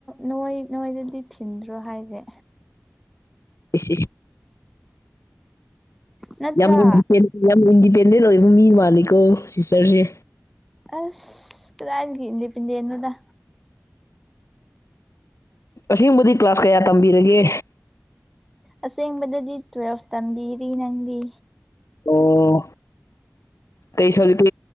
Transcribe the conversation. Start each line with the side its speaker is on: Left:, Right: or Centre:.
Centre: ꯅꯣꯏ ꯅꯣꯏꯗꯗꯤ ꯊꯤꯟꯗ꯭ꯔꯣ ꯍꯥꯏꯁꯦ
Left: ꯁꯤ
Centre: ꯅꯠꯇ꯭ꯔꯥ
Left: ꯌꯥꯝ ꯏꯟꯗꯤꯄꯦꯟꯗ ꯌꯥꯝ ꯏꯟꯗꯤꯄꯦꯟꯗꯦꯟ ꯑꯣꯏꯕ ꯃꯤ ꯃꯥꯜꯜꯂꯤꯀꯣ ꯁꯤꯁꯇꯔꯁꯦ
Centre: ꯑꯁ ꯀꯗꯥꯅꯤ ꯀ ꯄꯦꯟꯗ ꯏꯅꯗ
Left: ꯑꯁꯤꯒꯨꯝꯕꯗꯤ ꯀ꯭ꯂꯥꯁ ꯀꯌꯥ ꯇꯝꯕꯤꯔꯒꯦ
Centre: ꯑꯁꯦꯡꯕꯗꯗꯤ ꯇꯨꯋꯦꯜꯐ ꯇꯝꯕꯤꯔꯤ ꯅꯪꯗꯤ
Left: ꯑꯣ ꯀꯩ ꯁꯕꯖꯦ ꯀ